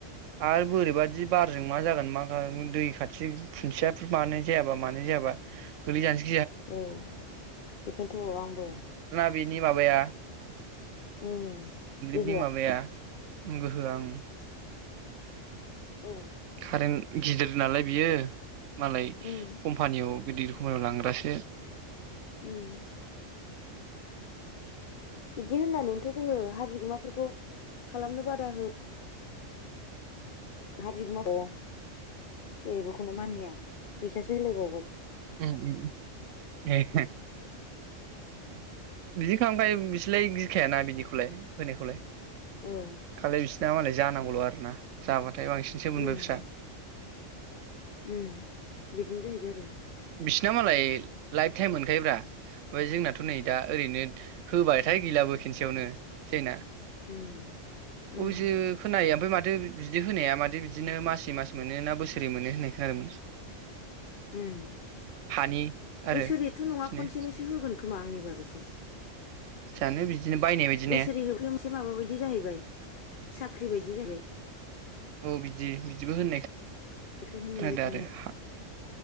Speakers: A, on the right; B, on the left.
A: आरो बोरैबादि बारजों मा जागोन मा दै खाथि खुन्थियाफोर मानो जायाबा मानाय जायाबा गोलै जानो
B: औ बेखायनोथ' आंबो
A: बिनि माबाया
B: उम, गो
A: नि माबाया गोहोआ ओं
B: औ।
A: कारेन्ट गिदिर नालाय बियो मालाय
B: उम
A: कम्पानियाव गिदिर <unintelligible> मायाव लांग्रासो
B: उम बिदि होननानैथ' जोङो हाबि बिमाफोरखौ खालामनो बादा हो हा बिगोमाखौ जेबोखौनो मानिया फैसासो होलायबावबाय।
A: उम उम उम ए हे। बिदि खालामखायो बिसोरलाय गिखायाना बिनिखौलाय होनायखौलाय।
B: औ
A: खालि बिसिना मालाय जानांगौल' आरोना जाबाथाय बांसिनसो मोनबाय
B: उम
A: बिस्रा
B: उम बिदिनो जाहैबाय आरो।
A: बिसिना मालाय लाइफ टाइम मोनखायोब्रा ओमफ्राय जोंनाथ' नै दा ओरैनो होबायथाय गैलाबो खेनसेयावनो जायोना
B: उम उम
A: अबिसे खोनायिया ओमफ्राय माथो बिदि होनाया माथो बिदिनो मासे मास मोनो ना बोसोरे मोनो होननाय खोनादोंमोन।
B: उन
A: हानि आरो
B: बोसोरैथ'
A: बिदिनो
B: नङा खनसेनोसो होगोन खोमा आंनिबा बेखौ।
A: जानो बिदिनो बायनाय बायदि
B: बोसोरै
A: ने
B: मोनसे माबा बायदि जाहैबाय साख्रि बायदि <unintelligible>
A: औ बिदि बिदिबो होननाय
B: बेफ्रायनो
A: खोनादों
B: मोनबाय थानाय।
A: आरो हा